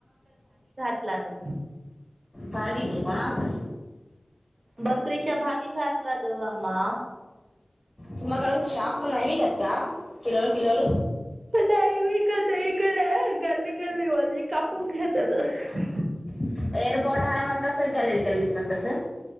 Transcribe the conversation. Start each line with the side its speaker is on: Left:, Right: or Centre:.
Right: लात
Left: भा क कोणाता
Right: बकरीच्या भागी घातला त आम्मा
Left: तुम काड शाप म नैवीिकत् का किलोळ किलोळ
Right: नाहीई विकत इकडे गल्ली गल्ली वाली कापून घेतात ह
Left: एअरपोर्ट आहे मण कस गेलेल गेलेल मग कसं